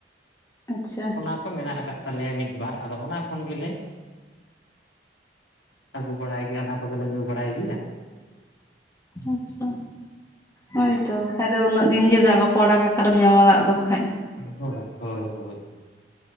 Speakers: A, on the left; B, on the left.
A: ᱟᱪᱪᱷᱟ
B: ᱚᱱᱟ ᱠᱚ ᱢᱮᱱᱟᱜ ᱟᱠᱟᱫ ᱛᱟᱞᱮᱭᱟ ᱢᱤᱫ ᱵᱟᱨ ᱟᱫᱚ ᱚᱱᱟ ᱠᱷᱚᱱ ᱜᱮᱞᱮ ᱟᱜᱩ ᱵᱟᱲᱟᱭ ᱜᱮᱭᱟ, ᱟᱱᱟ ᱠᱚ ᱜᱮᱞᱮ ᱧᱩ ᱵᱟᱲᱟᱭ ᱜᱮᱭᱟ᱾
A: ᱟᱪᱪᱷᱟ ᱦᱳᱭᱛᱚ ᱵᱟᱠᱷᱟᱡ ᱫᱚ ᱩᱱᱟᱹᱜ ᱫᱤᱱ ᱡᱮ ᱫᱟᱜ ᱵᱟᱠᱚ ᱟᱲᱟᱜᱟ ᱚᱠᱟᱨᱮᱢ ᱧᱟᱢᱟ ᱫᱟᱜ ᱫᱚ ᱵᱟᱠᱷᱟᱡ
B: ᱦᱳᱭ ᱦᱳᱭ ᱦᱳᱭ